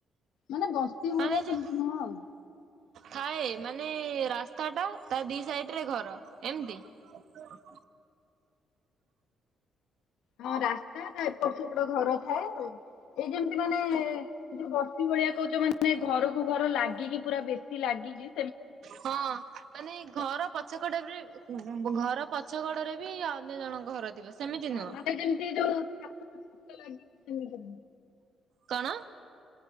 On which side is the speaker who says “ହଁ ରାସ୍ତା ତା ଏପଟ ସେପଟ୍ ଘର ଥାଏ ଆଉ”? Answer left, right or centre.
Left